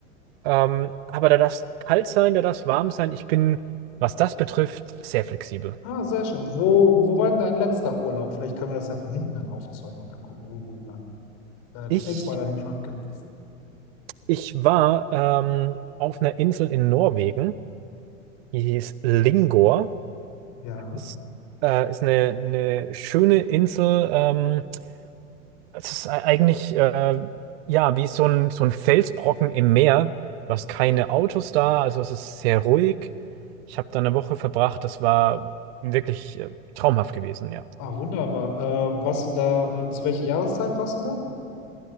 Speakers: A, on the right; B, on the left.
A: Ähm, aber da darf kalt sein, da darf warm sein. Ich bin, was das betrifft, sehr flexibel.
B: Ah, sehr schön. Wo, wo war denn dein letzter Urlaub? Vielleicht können wir das ja von hinten dann aufzäumen und dann gucken, wo du dann äh, das
A: Ich,
B: nächste Mal dann hinfahren könntest.
A: ich war ähm, auf einer Insel in Norwegen. Die hieß Lingor.
B: Ja.
A: Ist, äh, ist eine, eine schöne Insel. Ähm, es ist e- eigentlich äh, ja wie so ein, so ein Felsbrocken im Meer. Du hast keine Autos da, also es ist sehr ruhig. Ich habe da eine Woche verbracht. Das war wirklich äh, traumhaft gewesen, ja.
B: Ah, wunderbar. Äh, warst du da, äh, zu welcher Jahreszeit warst du da?